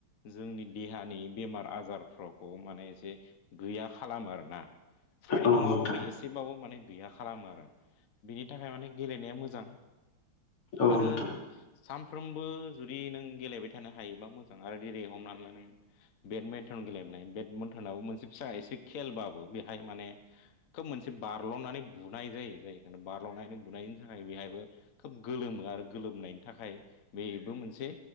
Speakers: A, on the left (about 50°); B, on the left (about 85°).
A: जोंनि देहानि बेमार आजारफोरखौ माने एसे गैया खालामो आरोना फ्राय
B: औ
A: नङाबाबो
B: नोंथां
A: एसेबाबो माने गैया खालामो आरो बिनि थाखाय माने गेलेनाया मोजां
B: औ
A: आरो
B: नोंथां
A: सानफ्रोमबो जुदि नों गेलेबाय थानो हायोबा मो जां आरो दिनै हमनानै लानाय बेदमिन्टन गेलेबनाय बेदमिन्टनाबो मोनसे फिसा एसे खेलबाबो बेहाय माने खोब मोनसे बारल'नानै बुनाय जायो जाय बारल'नानै बुनायनि थाखाय बेहाय खोब गोलोमो आरो गोलोमनायनि थाखाय बेबो मोनसे